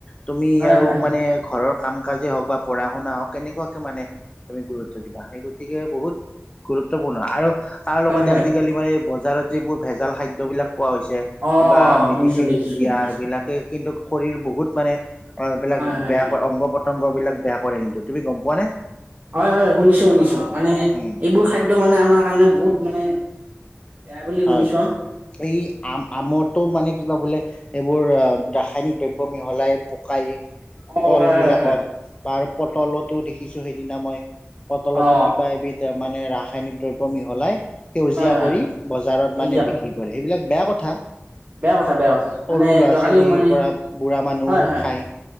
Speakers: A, on the left (about 25°); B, on the right (about 40°).
A: তুমি
B: হয়
A: আৰু
B: হয়
A: মানে ঘৰৰ। কাম কাজে হওক বা। পঢ়া শুনা। কেনেকুৱাকে মানে তুমি গুৰুত্ব। গৰু্ব দিবাহে গতিকে বহুত গুৰুত্বপূৰ্ণ আৰু। তাৰ লগতে
B: হয় হয়
A: আজিকালি মানে। বজাৰত যিবোৰ ভেজাল খাদ্যবিলাক। পোৱা হৈছে
B: অ
A: কিবা মেডিচিন
B: শুনিছো দেখিছো
A: দিয়া
B: দেখিছো
A: সেইবিলাকেই। কিন্তু শৰীৰ বহুত মানে অ এইবিলাক
B: হয় হয়
A: বেয়া
B: হয়
A: ক অংগ পতংগ। এইবিলাক। বেয়া কৰে কিন্তু তুমি গম পোৱা নে?
B: হয় হয় শুনিছো শুনিছো মানে
A: উম
B: এইবোৰ খাদ্য মানে আমাৰ কাৰণে বহুত মানে। বেয়া বুলি শুনিছো
A: হয় এই আম আমৰতো মানে কিবা বোলে। এইবোৰ আহ ৰাসায়নিক দ্ৰব্য মিহলাই পকাই।
B: অ
A: কল
B: হয়
A: বিলাকত।
B: হয় হয়
A: পাৰ পটলতো দেখিছোঁ সেইদিনা মই। পতলত
B: অ
A: কিবা এবিধ মানে ৰাস। খনিক দ্ৰব্য মিহলাই। সেউজীয়া
B: হয় হয়
A: কৰি। বজাৰত
B: সেউজীয়া
A: মানে
B: কল
A: বিক্ৰী কৰে। এইবিলাক বেয়া কথা।
B: বেয়া কথা বেয়া কথা
A: সৰু
B: মানে
A: ল'ৰা
B: যোৱাকালিও
A: ছোৱালীৰ
B: মানে
A: পৰা বুঢ়া মানুহও
B: হয় হয়।
A: খায়